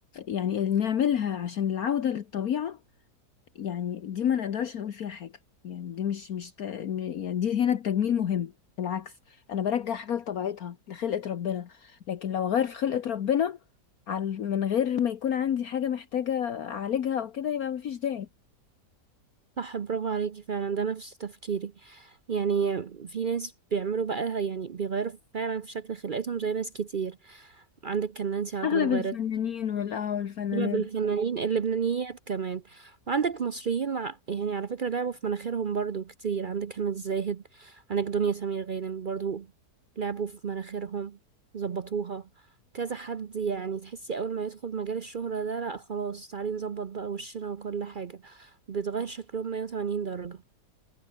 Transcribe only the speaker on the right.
صح برافو عليكي فعلا ده نفس تفكيري يعني في ناس بيعملوا بقى يعني بيغيروا فعلا في شكل خلقتهم زي ناس كتير عندك كان نانسي عجرم
غيرت
اغلب الفنانين اللبنانيات كمان وعندك مصريين مع- يعني على فكرة لعبوا في مناخيرهم برضو كتير عندك هنا الزاهد عندك دنيا سمير غانم برضو لعبوا في مناخيرهم ظبطوها كذا حد يعني تحسي اول ما يدخل مجال الشهرة ده لا خلاص تعالي نظبط بقى وشنا وكل حاجة بيتغير شكلهم 180 درجة